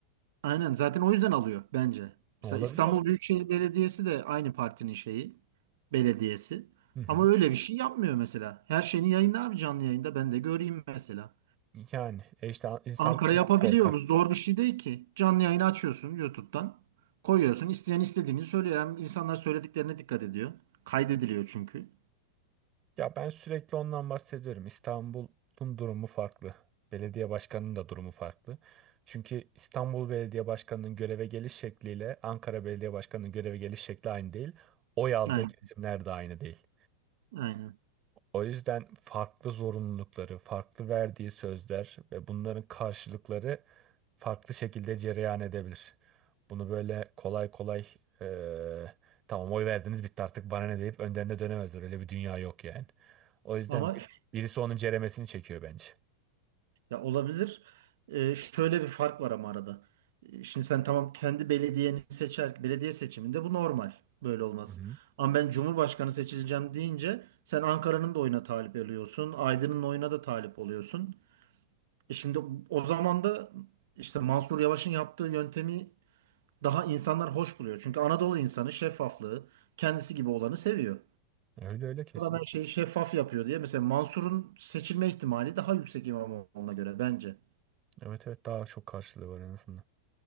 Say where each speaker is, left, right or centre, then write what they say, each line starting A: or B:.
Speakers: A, on the right; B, on the right.
A: Aynen zaten o yüzden alıyor bence.
B: Olabilir
A: Mesela İstanbul
B: olabilir.
A: Büyükşehir Belediyesi de aynı partinin şeyi, belediyesi.
B: Hı hı.
A: Ama öyle bir şey yapmıyor mesela. Her şeyini yayınla abi canlı yayında ben de göreyim mesela.
B: Yani e işte insanlar
A: Ankara
B: ondan
A: yapabiliyor.
B: korkar.
A: Bu zor bir şey değil ki. Canlı yayını açıyorsun YouTube'dan. Koyuyorsun. İsteyen istediğini söylüyor. Hem insanlar söylediklerine dikkat ediyor. Kaydediliyor çünkü.
B: Ya ben sürekli ondan bahsediyorum. İstanbul'un durumu farklı. Belediye başkanının da durumu farklı. Çünkü İstanbul Belediye Başkanı'nın göreve geliş şekliyle Ankara Belediye Başkanı'nın göreve geliş şekli aynı değil. Oy aldığı
A: Aynen.
B: kesimler de aynı değil.
A: Aynen.
B: O yüzden farklı zorunlulukları, farklı verdiği sözler ve bunların karşılıkları farklı şekilde cereyan edebilir. Bunu böyle kolay kolay eee, tamam oy verdiniz bitti artık bana ne deyip önderine dönemezler. Öyle bir dünya yok yani. O yüzden
A: Ama
B: birisi,
A: ş-
B: birisi onun ceremesini çekiyor bence.
A: ya olabilir. Ee, şöyle bir fark var ama arada. Ee, Şimdi sen tamam kendi belediyeni seçer. Belediye seçiminde bu normal. Böyle olmaz.
B: Hı hı.
A: Ama ben Cumhurbaşkanı seçileceğim deyince sen Ankara'nın da oyuna talip oluyorsun. Aydın'ın oyuna da talip oluyorsun. E şimdi o zaman da işte Mansur Yavaş'ın yaptığı yöntemi Daha insanlar hoş buluyor. Çünkü Anadolu insanı şeffaflığı, kendisi gibi olanı seviyor.
B: Öyle öyle kesin.
A: Adam her şeyi şeffaf yapıyor diye. Mesela Mansur'un seçilme ihtimali daha yüksek İmamoğlu'na göre bence.
B: Evet evet daha çok karşılığı var en azından.